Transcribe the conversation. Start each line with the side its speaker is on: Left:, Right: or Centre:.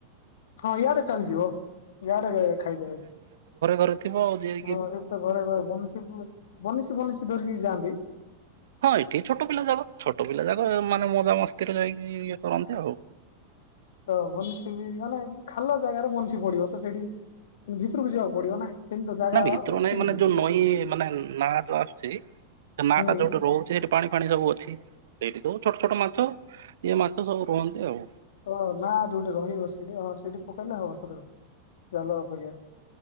Left: ହଁ ଇଆଡେ ଚାଲିଯିବ ୟାଡେ ଖାଇଦେବେ।
Right: ରେ ଥିବ ଯେ
Left: ହଁ ସେଠି ତ ଘରେ ଘରେ ବନିସ ବନିସି ଭନିସି ଧରିକି ଯାଆନ୍ତି?
Right: ହଁ ଏଠି ଛୋଟ ପିଲା ଯାକ ଛୋଟ ପିଲା ଯାଗ ମାନେ ମଜାମସ୍ତିରେ ଯାଇକି ଇଏ କରନ୍ତି ଆଉ।
Left: ତ ବଂସି ବି ମାନେ ଖାଲ ଜାଗାରେ ବଂଶୀ ପଡିବ ତ ସେଠି ଭିତରକୁ ଯିବାକୁ ପଡିବ ନା। ସେମିତି ତ ଜାଗା
Right: ନା ଭିତର
Left: ଅଛି
Right: ନାଇଁ
Left: କି
Right: ମାନେ
Left: ସେମିତି
Right: ଯୋଉ ନଈ ମାନେ ନା ଯୋଉ ଆସୁଛି ସେ ନା
Left: ହୁଁ
Right: ଟା ଯୋଉଠି ରୋହୁ ସେ ସେଠି ପାଣି ଫାଣି ସବୁ ଅଛି ସେଇଠି ସବୁ ଛୋଟ ଛୋଟ ମାଛ ଇଏ ମାଛ ସବୁ ରୁହନ୍ତି ଆଉ।
Left: ହଁ ନା ଯୋଉଠି ରହିବ ସେଇଠି ହଁ ସେଇଠି ପକେଇଲେ ହବ <unintelligible> ଜାଲ ଅପେକ୍ଷା